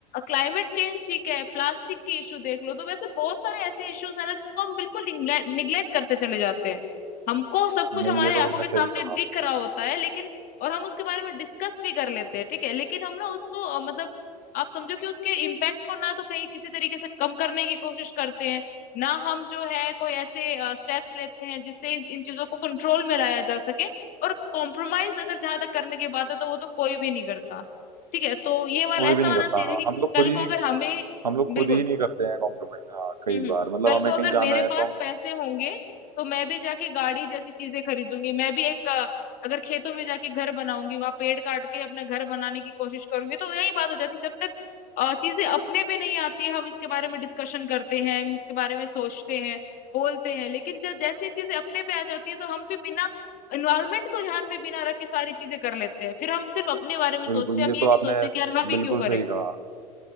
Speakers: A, on the left (about 45°); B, on the right (about 85°).
A: क्लाइमेट चेंज ठीक है प्लास्टिक के इशू देख लो तो वैसे बहुत सारे ऐसे इश्यूज है ना जिसको हम बिल्कुल निग्लेक्ट करते चले जाते हैं हमको सब कुछ
B: नहीं
A: हमारे
B: ये तो
A: आंखों
B: तुमने
A: के
B: सही
A: सामने
B: कहा
A: दिख रहा होता है लेकिन और हम उसके बारे में डिस्कस भी कर लेते हैं ठीक है लेकिन हम ना उसको अ, मतलब आप समझो कि उसके इम्पैक्ट को ना तो कहीं किसी तरीके से कम करने की कोशिश करते हैं ना हम जो है कोई ऐसे स्टेप्स लेते हैं जिससे इन, इन चीजों को कंट्रोल में लाया जा सके और कॉम्प्रोमाइज अगर जहां तक करने की बात है तो वो तो कोई भी नहीं करता ठीक है तो ये वाला
B: कोई
A: ऐसा
B: भी नहीं
A: वाला
B: करता
A: सीन है
B: हाँ
A: कि
B: हम लोग
A: कल
B: खुद ही
A: को अगर हमें
B: हम लोग
A: बिल्कुल
B: खुद ही नहीं करते हैं कॉम्प्रोमाइज हाँ कई
A: हम्म हम्म।
B: बार मतलब
A: कल
B: हमें
A: को अगर
B: कहीं जाना
A: मेरे
B: है
A: पास
B: तो हम
A: पैसे होंगे तो मैं भी जाके गाड़ी जैसी चीजें खरीदूंगी मैं भी एक अ, अगर खेतों में जाके घर बनाऊंगी वहां पेड़ काट के अपना घर बनाने की कोशिश करूंगी तो यही बात हो जाती है जब तक अ, चीजें अपने पे नहीं आती है हम इसके बारे में डिस्कशन करते हैं इसके बारे में सोचते हैं बोलते हैं लेकिन जब जैसी चीजें अपने पे आ जाती है तो हम भी बिना एनवायरमेंट को ध्यान में बिना रखे सारी चीजें कर लेते हैं फिर हम सिर्फ अपने बारे में सोचते
B: बिल्कुल
A: हैं
B: ये
A: हम ये
B: तो
A: नहीं
B: आपने
A: सोचते कि यार हम ही
B: बिल्कुल
A: क्यों करें
B: सही कहा